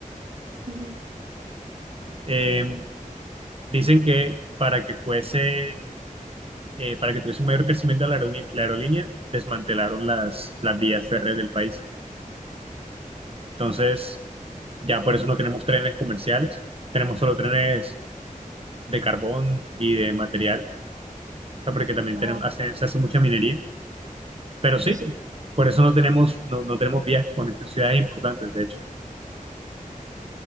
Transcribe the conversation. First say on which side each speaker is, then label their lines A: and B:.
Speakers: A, on the right; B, on the right.
A: ujú,
B: Eh, dicen que para que fuese, eh, para que tuviese un mayor crecimiento la aerolínea, la aerolínea desmantelaron las, las vías férreas del país. Entonces, ya por eso no tenemos trenes comerciales, tenemos solo trenes de carbón y de material, o sea, porque también
A: ajá,
B: tenemos, hace- se hace mucha minería, pero sí,
A: sí.
B: por eso no tenemos, no, no tenemos vías que conecten ciudades importantes, de hecho.